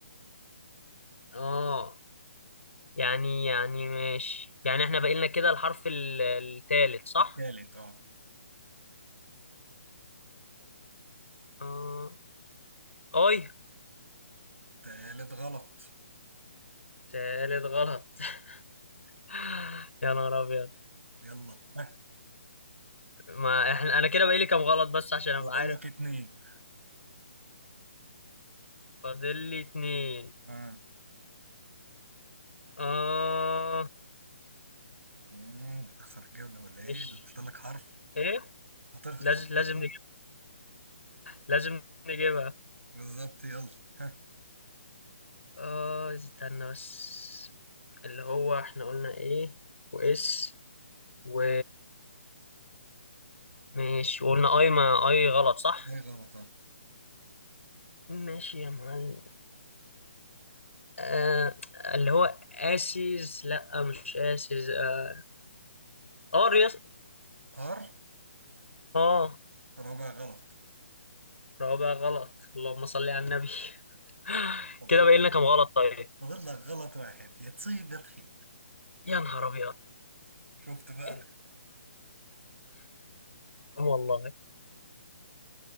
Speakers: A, on the left; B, on the right.
A: اه يعني يعني ماشي يعني احنا بقينا كده الحرف ال- التالت صح؟
B: التالت اه
A: اه اي
B: تالت غلط
A: تالت غلط <laughs> يا نهار ابيض
B: يلا <laughs>
A: ما احنا انا كده بقالي كام غلط بس عشان ابقى
B: فاضل
A: عارف
B: لك اتنين
A: فاضل لي اتنين
B: اه
A: اه
B: مم، هتخسر الجولة ولا ايه
A: ماشي
B: ده فاضل لك حرف
A: ايه
B: هتخ-
A: لازم
B: فاضل
A: لازم
B: لك حرف
A: نجيب لازم نجيبها
B: بالظبط يلا <laughs> ها
A: اه استنى بس اللي هو احنا قلنا ايه واس و ماشي وقلنا اي ما اي غلط صح
B: ايه غلط اه
A: ماشي يا معلم آه اللي هو اسيز لا مش اسيز اه اريس
B: ار
A: اه
B: رابع غلط
A: رابع غلط اللهم صل على النبي <laughs>
B: فاضل
A: كده باين لنا كام غلط طيب
B: فاضل لك غلط واحد يا تصيب يا تخيب
A: يا نهار ابيض <laughs>
B: شفت بقى
A: ال- حرام والله